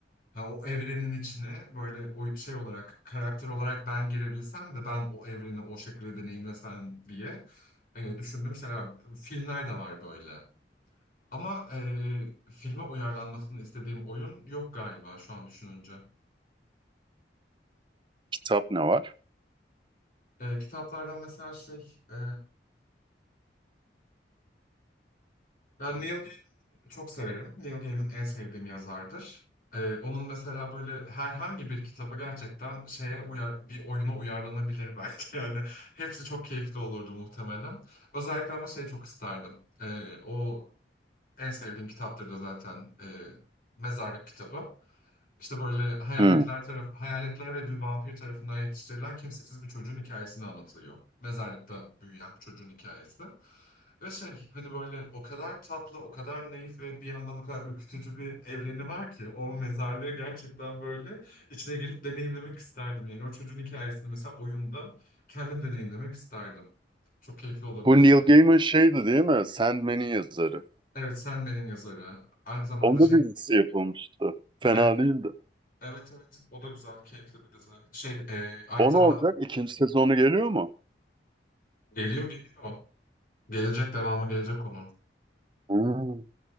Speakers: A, on the left; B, on the right.
A: Ha, o evrenin içine böyle o şey olarak karakter olarak ben girebilsem de ben o evreni o şekilde deneyimlesem diye e, düşündüğüm şeyler var. Filmler de var böyle. Ama e, filme uyarlanmasını istediğim oyun yok galiba şu an düşününce.
B: Kitap ne var?
A: E, kitaplardan mesela şey e, Ben Neil Gaiman'ı çok severim. Neil Gaiman en sevdiğim yazardır. Ee, onun mesela böyle herhangi bir kitabı gerçekten şeye uyar, bir oyuna uyarlanabilir belki. <laughs> Yani hepsi çok keyifli olurdu muhtemelen. Özellikle ama şeyi çok isterdim. Ee, o en sevdiğim kitaptır da zaten e, mezarlık kitabı. İşte böyle hayaletler
B: Hmm.
A: taraf hayaletler ve bir vampir tarafından yetiştirilen kimsesiz bir çocuğun hikayesini anlatılıyor. Mezarlıkta büyüyen bir çocuğun hikayesi. Ve şey hani böyle o kadar tatlı, o kadar naif ve bir yandan o kadar ürkütücü bir evreni var ki o mezarlığı gerçekten böyle içine girip deneyimlemek isterdim. Yani o çocuğun hikayesini mesela oyunda kendim deneyimlemek isterdim. Çok keyifli olabilirdi.
B: Bu Neil Gaiman şeydi değil mi? Sandman'in yazarı.
A: Evet, Sandman'in yazarı. Aynı zamanda
B: Onda
A: şey
B: bir dizisi yapılmıştı. Fena
A: Evet,
B: değildi.
A: evet, evet. O da güzel, keyifli bir dizi. Şey, e, aynı
B: O
A: zamanda
B: ne olacak? İkinci sezonu geliyor mu?
A: Geliyor geliyor. Gelecek devamı gelecek onun.
B: Hmm.